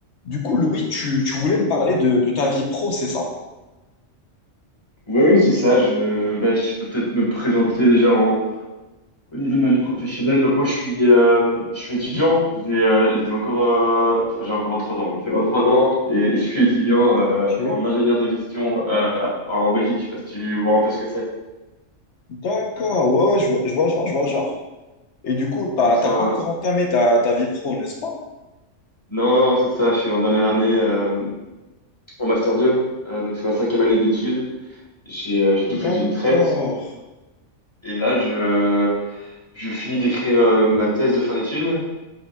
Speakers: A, on the left (about 65°); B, on the left (about 20°).
A: Du coup, Louis, tu, tu voulais me parler de, de ta vie pro, c'est ça?
B: Oui, oui, c'est ça. Je, bah, je peux peut-être me présenter déjà en, au niveau de ma vie professionnelle. Donc moi, je suis, euh, je suis étudiant.
A: Mhm.
B: J'ai euh, j'ai encore, euh, enfin, j'ai encore 23 ans. J'ai 23 ans et je suis étudiant euh,
A: Ok,
B: en ingénieur de gestion euh, en Belgique. Je sais pas si tu vois un peu ce que c'est.
A: d'accord, ouais, ouais, je vois, je vois le genre, je vois le genre. Et du coup, bah,
B: Donc c'est
A: t'as
B: un-
A: pas encore entamé ta, ta vie pro, n'est-ce pas?
B: Non, non, non, c'est ça. Je suis en dernière année euh, en master 2. Euh, donc c'est ma cinquième année d'études. J'ai euh, j'ai tout fait
A: D'accord,
B: d'une traite. Et là, je, je finis d'écrire euh, ma thèse de fin d'études.